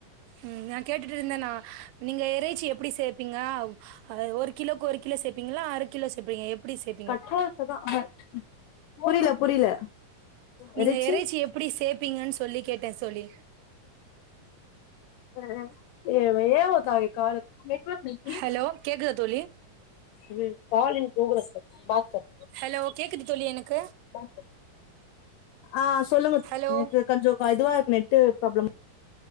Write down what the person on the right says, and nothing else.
ம் நா கேட்டுட்ருந்த நா நீங்க எறைச்சி எப்டி சேப்பீங்க அதாது ஒரு கிலோக்கு ஒரு கிலோ சேப்பீங்களா அர கிலோ சேப்பீங்களா எப்டி சேப்
நீங்க
இறைச்சி எப்டி சேப்பீங்கன்னு சொல்லி கேட்டே சொல்லி
ஹலோ கேக்குதா தோழி
ஹலோ கேக்குது தோழி எனக்கு
ஹலோ